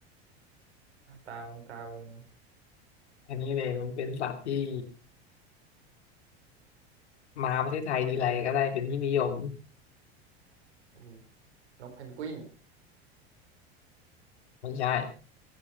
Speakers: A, on the right; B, on the left.
A: อ่ะตามึงตามึง
B: อันนี้เลยมันเป็นสัตว์ที่มาประเทศไทยทีไรก็ได้เป็นที่นิยม
A: อุ้ยนกเพนกวิน
B: ไม่ใช่